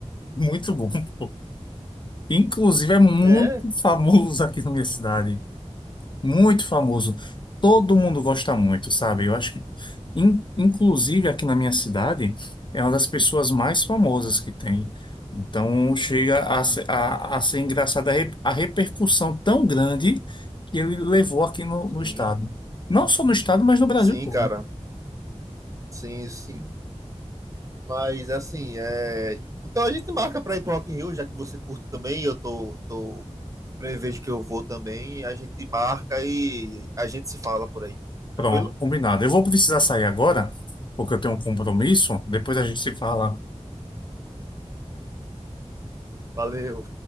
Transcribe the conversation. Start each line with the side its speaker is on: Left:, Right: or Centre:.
Left: muito bom. pô. Inclusive é muito
Right: É,
Left: famoso aqui na minha cidade. Muito famoso. Todo mundo gosta muito, sabe? Eu acho que, in- inclusive aqui na minha cidade, é uma das pessoas mais famosas que tem. Então, chega a, se- a, a ser engraçada a, re- a repercussão tão grande que ele levou aqui no, no
Right: sim,
Left: estado. Não só no estado, mas no Brasil
Right: sim,
Left: todo.
Right: cara. Sim, sim. Mas assim, é... então a gente marca para ir pro Rock in Rio, já que você curte também, eu tô, tô prevejo que eu vou também, a gente marca e a gente se fala por aí. Tranquilo?
Left: Pronto, combinado. Eu vou precisar sair agora, porque eu tenho um compromisso. Depois a gente se fala.
Right: Valeu.